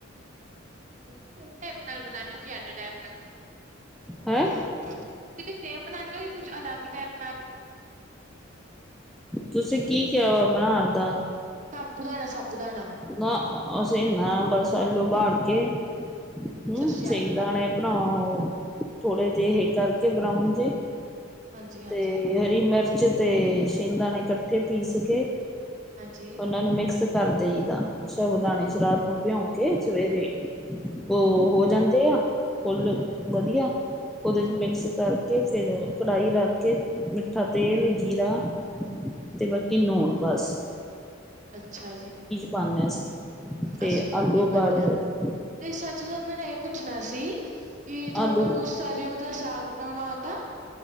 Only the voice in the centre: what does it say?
ਹੈਂ
ਤੁਸੀ ਕੀ ਕਿਆ ਵਾ ਬਣਾਣ ਦਾ?
ਨਾ ਅਸੀ ਨਾ ਬਸ ਆਲੂ ਬਾਲ ਕੇ।
ਹੂ
ਸਈ
ਦਾਣੇ ਪਣਾਓ। ਥੋੜੇ ਜਿਹੇ ਇਹ ਕਰਕੇ
ਬਰਾਊਨ ਜੇ।
ਤੇ ਹਰੀ ਮਿਰਚ ਤੇ ਸ਼ਿੰਗ ਦਾਣੇ ਇਕੱਠੇ ਪੀਸ ਕੇ।
ਇਨਾ ਨੂੰ ਮਿਕਸ ਕਰ ਦਇਦਾ ਸ਼ਾਬੂ ਦਾਣੇ ਚ ਰਾਤ ਨੂੰ ਭਿਉਂ ਕੇ ਸਵੇਰੇ। ਉਹ ਹੋ ਜਾਂਦੇ ਆ ਫੁੱਲ ਵਧੀਆ ਉਹਦੇ
ਚ ਮਿਕਸ ਤਰ ਕੇ ਫੇਰ ਕੜਾਈ ਰੱਖ ਕੇ ਮਿੱਠਾ ਤੇਲ ਜੀਰਾ ਤੇ ਬਾਕੀ ਨੂੰਨ ਬਸ।
ਪਾਣੇ ਆ ਅਸੀ ਤੇ
ਆਲੂ
ਉਬਾਲੇ
ਹੋਏ।
ਆਲੂ